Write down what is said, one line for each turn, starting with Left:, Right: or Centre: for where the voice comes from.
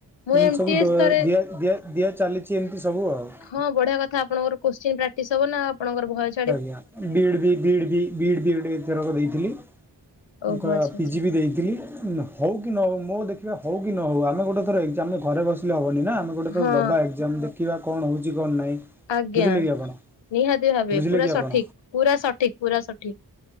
Left: ମୁଁ
Centre: ଏମତି ସବୁ ଦ
Left: ଥରେ
Centre: ଦିଆ ଦିଆ ଦିଆ ଚାଲିଛି ଏମିତି ସବୁ ଆଉ।
Left: ହଁ ବଢିଆ କଥା ଆପଣଙ୍କର କୋ୍ଶ୍ଚିନ ପ୍ରାକ୍ଟିସ୍ ହବ ନା ଆପଣଙ୍କର ଭଏସ
Centre: ଆଜ୍ଞା ବିଡ୍ ବି ବିଡ୍ ବି ବିଡ୍ ବିଡ୍ ଏଥରକ ଦେଇଥିଲି।
Left: ଓହୋ
Centre: ମୁଁ କ
Left: ଆଚ୍ଛା
Centre: ପି
Left: ଆଚ୍ଛା
Centre: ଜି ବି ଦେଇଥିଲି କ ନ ହଉ କି ନ ହଉ ମୋ ଦେଖିବା ହଉ କି ନ ହଉ ଆମେ ଗୋଟେ ଥର ଏଜ୍ଜାମ୍ ଆମେ ଘରେ ବସିଲେ ହବନି ନା। ଆମେ ଗୋଟେ
Left: ହଁ
Centre: ଥର ଦବା ଏକ୍ସାମ ଦେଖିବା କଣ ହଉଚି କଣ ନାଇଁ
Left: ଆଜ୍ଞା
Centre: ବୁଝିଲେ କି ଆପଣ।
Left: ନିହାତି ଭାବେ
Centre: ବୁଝିଲେ
Left: ପୁରା
Centre: କି
Left: ସଠିକ
Centre: ଆପଣ
Left: ପୁରା ସଠିକ ପୁରା ସଠିକ।